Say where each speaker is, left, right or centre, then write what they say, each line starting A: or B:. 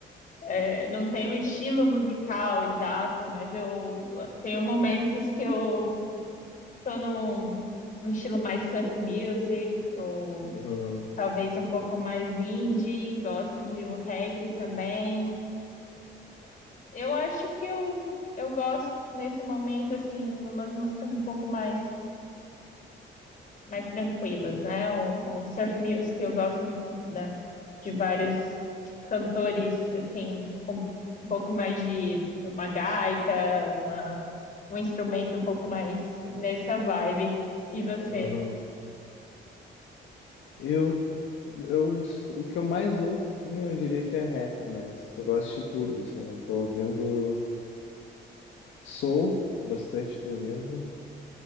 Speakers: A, on the left; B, on the left.
A: é, não tenho um estilo musical exato, mas eu ah, tenho momentos que eu tô num um estilo mais surf music, ou
B: Uhum,
A: talvez um pouco mais indie, gosto de um reggae também. Eu acho que eu, eu gosto nesse momento, assim, numas músicas um pouco mais. mais tranquilas, né? O, o surf music eu gosto muito da, de vários cantores, assim, com um pouco mais de uma gaita, uma, um instrumento um pouco mais nessa vibe. E você?
B: uhum. Eu, eu, o que eu mais ouço, assim, eu diria que é rap, mas eu gosto de tudo, assim. Eu tô ouvindo soul, bastante tô ouvindo.